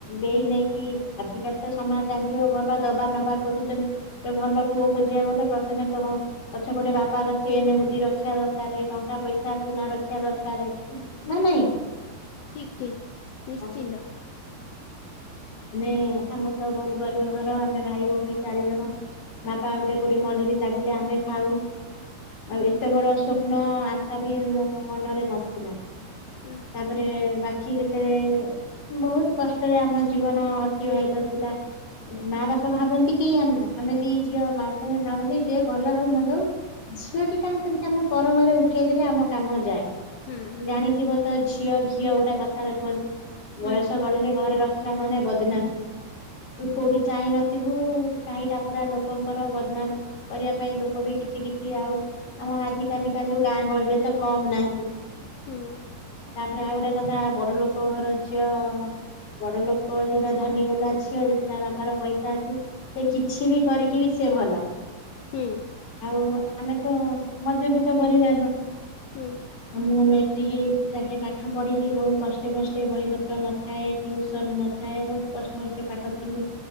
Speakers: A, on the left; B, on the left.
A: ଦେଇ ନେଇକି କି ଆଜିକାଲି ତ ସମାଜ ଜାଣିଥିବ ଭଲ ଦବା ନବା ଖୋୁଛନ୍ତି। ଗୋଟେ ଭଲ ପୁଅ ଖୋଜିବାକୁ ଗଲେ ପ୍ରଥମେ ତମ ପଛପୋଟେ ବାପ ର ଚେନ୍ ମୁଦି ରଖିବା ଦରକାରେ, ଟଙ୍କା, ପଇସା, ସୁନା ରଖିବା ଦରକାରେ।
B: ହୁଁ
A: ନା ନାଇଁ?
B: ଠିକ ଠିକ ନିଶ୍ଚିନ୍ତ
A: ଆଉ ଆମେ ଆମ ତ ବହୁତ ଗରିବ ଘର ଆମେ ଭାଇ ଭଉଣୀ ଚାରିଜଣ। ବାପା ଗୋଟେ କୋଉଠି ମଜୁରୀ ଲାଗିଲେ ଆମେ ଖାଉ। ଆଉ
B: ହୁଁ
A: ଏତେ ବଡ ସ୍ଵପ୍ନ ଆଶା ବି ମୋ ମନରେ ନଥିଲା।
B: ହୁଁ
A: ତାପରେ ବାକି ଯେତେବେଳେ ବହୁତ କଷ୍ଟରେ ଆମ ଜୀବନ ଅତିବାହିତ ଥିଲା। ମା ବାପା ଭାବନ୍ତି କି, ଆେ ଆମେ ଦି ଝିଅ ମା ବାପ ଭାବନ୍ତି ଯେ ଭଲ ହଉ ମନ୍ଧ ହଉ। ଝିଅ ଦିଟାଙ୍କୁ କେମିତି ଆମେ ପର ଘରେ ଉଠେଇଦଲେ ଆମ କାମ ଯାଏ।
B: ହୁଁ ହୁଁ
A: ଜାଣିଥିବ ତ ଝିଅ ଘିଅ ଗୋଟେ କଥାରେ କୁହନ୍ତି।
B: ହୁଁ
A: ବୟସ ଗଢିଲେ ଘରେ ରଖିଲା ମାନେ ବଦନାମ। ତୁ କଉଟି ଚାହିଁ ନ ଥିବୁ। ଟାହି ଟାପୁରା ଲୋକଙ୍କର ବଦନାମ କରିବା ପାଇଁ, ଲୋକ ବି କିଛି କିଛି ଆଉ ଆମ ଆଜିକାଲିକା ଯୋଉ ଗାଁ ଗହଳିରେ ତ କମ ନାହାନ୍ତି। ତାପରେ
B: ହୁଁ
A: ଆଉ ଗୋଟେ କଥା ବଡ ଲୋକ ଘର ଝିଅ ବଡ ଲୋକ ଯୋଉଟା ଧନୀ ବାଲା ଝିଅ, ଯଦି ତା ବାପାର ପଇସା ଅଛି। ସେ କିଛି ବି କରିକି ବି ସେ ଭଲ।
B: ହୁଁ।
A: ଆଉ ଆମେ ତ ମଧ୍ୟବିତ୍ତ ପରିବାରର।
B: ହୁଁ
A: ମୁଁ ମେଟ୍ରିକି ଯାଙ୍କେ ପାଠ ପଢିଲି, ବହୁ କଷ୍ଟେ ମଷ୍ଟେ ବହି ପତ୍ର ନଥାଏ। ଟୁଉସନ ନଥାଏ, ବହୁତ କଷ୍ଟମଷ୍ଟେ ପାଠ ପଢ଼ିଲି।